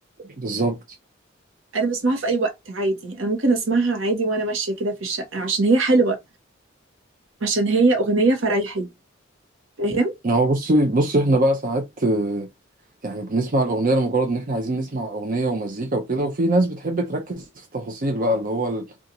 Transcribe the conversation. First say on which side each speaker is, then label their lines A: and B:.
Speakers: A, on the right; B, on the right.
A: بالظبط
B: انا بسمعها في اي وقت عادي انا ممكن اسمعها عادي وانا ماشيه كده في الشقه عشان هي حلوه عشان هي أغنية فريحي فاهم
A: هو بصي بصي احنا بقى ساعات يعني بنسمع الأغنية لمجرد إن إحنا عايزين نسمع أغنية ومزيكا وكده وفي ناس بتحب تركز في التفاصيل بقى اللي هو